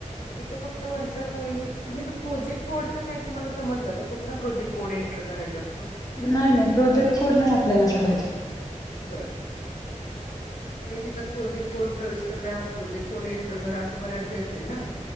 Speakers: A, on the left; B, on the left.
A: इथं फक्त वर्षा कोळी आणि प्रोजेक्ट कोड काय तुम्हाला समजलं का कुठला प्रोजेक्ट कोड एंटर करायचा असतो.
B: नाही नाही प्रोजेक्ट कोड नाही आपल्याला करायचा.
A: बर. म्हणजे तिचा प्रोजेक्ट बोर्ड प्रविष्ट करा प्रोजे कोड एंटर करा असं बऱ्याच येतंय ना.